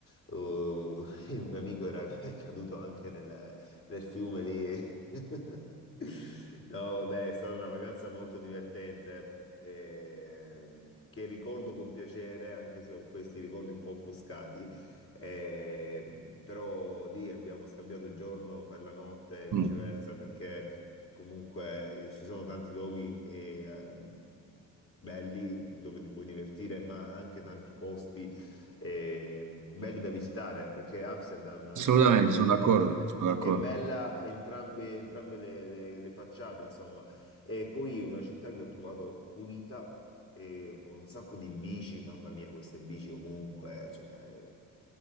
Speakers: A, on the left; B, on the right.
A: uh, <laughs> il mio amico era <laughs> è caduto anche nel, nel fiume lì. <laughs> No, vabbè, è stata una vacanza molto divertente, eh, che ricordo con piacere, anche se ho questi ricordi un po' offuscati. Eh, però lì abbiamo scambiato il giorno per la notte e viceversa
B: Mm.
A: perché Comunque eh, ci sono tanti luoghi e, eh, belli dove ti puoi divertire, ma anche tanti posti eh, belli da visitare, perché Amsterdam
B: Assolutamente,
A: è,
B: sono d'accordo,
A: è-
B: sono d'accordo.
A: è bella entrambe, entrambe le, le- le facciate, insomma. E poi è una città che ho trovato pulita, e con un sacco di bici, mamma mia, queste bici ovunque, cioè,